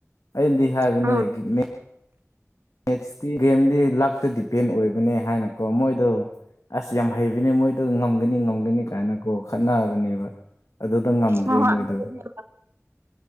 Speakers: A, on the left (about 80°); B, on the right (about 50°).
A: ꯑꯩꯅꯗꯤ ꯍꯥꯏꯕꯅꯦ
B: ꯎꯝ
A: ꯃꯦ ꯃꯦꯠꯁꯇꯤ ꯒꯦꯝꯗꯤ ꯂꯛꯇ ꯗꯤꯄꯦꯟ ꯑꯣꯏꯕꯅꯦ ꯍꯥꯏꯅꯀꯣ ꯃꯣꯏꯗꯣ ꯑꯁ ꯌꯥꯝ ꯍꯩꯕꯅꯦ ꯃꯣꯏꯗꯣ ꯉꯝꯒꯅꯤ ꯉꯝꯒꯅꯤ ꯀꯥꯏꯅꯀꯣ ꯈꯠꯅꯕꯅꯦꯕ ꯑꯗꯨꯗ ꯉꯝꯗ꯭ꯔꯦ
B: ꯍꯣꯏ ꯍꯣꯏ
A: ꯃꯣꯏꯗꯨ
B: ꯑꯗꯨꯕꯨꯗꯤ